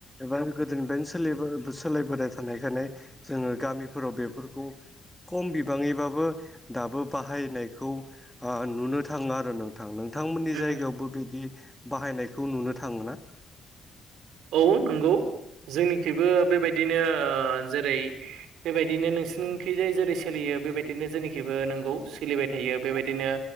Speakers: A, in the centre; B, on the right.
A: एबा गोदोनिफ्रायनो सो सोलिायबोनाय थानायखाय जोंङो गामिफोराव बेफोरखौ खम बिबांङैबाबो दाबो बाहायनायखौ नुनो थांङो आरो नों नोंथांमोननि
B: उम
A: जायगायावबो बिदि बाहायनायखौ नुनो थांङो ना
B: औ नंगौ जोंनिखइबो बेबायदिनो जेरै बेबायदिनो नोंसिोरनिखिजाय जेरै सोलियो बेबायदिनो जेनिखिबो नोंगौ सोलिबाय थायो बेबायदिनो